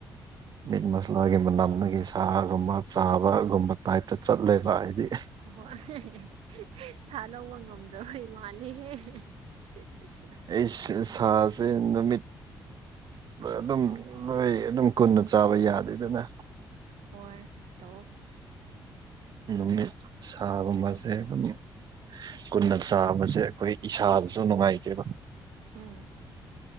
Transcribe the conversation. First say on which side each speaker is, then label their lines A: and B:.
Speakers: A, on the right; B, on the right.
A: ꯃꯤꯠ ꯃꯁꯂꯥꯒꯤ ꯃꯅꯝꯗꯒꯤ ꯁꯥꯒꯨꯝꯕ ꯆꯥꯕꯒꯨꯝꯕ ꯇꯥꯏꯞꯇ ꯆꯠꯂꯦꯕ ꯍꯥꯏꯗꯤ
B: ꯍꫭ ꯍꯣꯏ ꯁꯥ ꯂꯧꯕ ꯉꯝꯗ꯭ꯔꯕꯩ ꯃꯥꯂꯤꯍꯦ <unintelligible>
A: ꯑꯩ ꯁꯥꯁꯦ ꯅꯨꯃꯤꯠ ꯑꯗꯨꯝ ꯂꯣꯏ ꯑꯗꯨꯝ ꯀꯨꯟꯅ ꯆꯥꯕ ꯌꯥꯗꯦꯗꯅ
B: ꯍꯣꯏ ꯇꯧꯋꫭ
A: ꯅꯨꯃꯤꯠ ꯁꯥꯒꯨꯝꯕꯁꯦ ꯑꯗꯨꯝ ꯀꯨꯟꯅ ꯆꯥꯕꯁꯦ ꯑꯈꯣꯏ ꯏꯁꯥꯗꯁꯨ ꯅꯨꯡꯉꯥꯏꯇꯦꯕ
B: ꯎꯝ